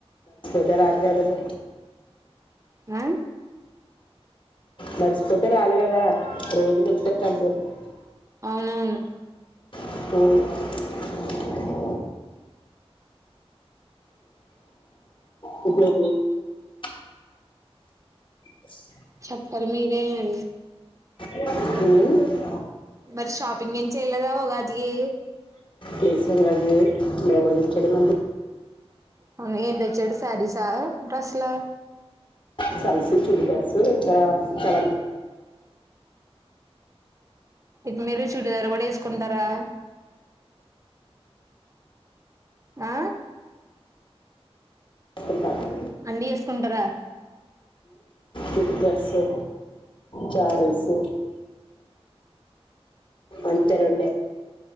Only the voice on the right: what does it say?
ఉమ్
అవునవును
చెప్పరు మీరేరు
మరి షాపింగ్ ఏం చెయలేదా ఉగాదికి
అవును ఇందెచ్చేటి సారీసా డ్రస్లా
ఇది మీరు చుడిదార్ కూడా వేసుకుంటారా ఆ
అన్ని వేసుకుంటారా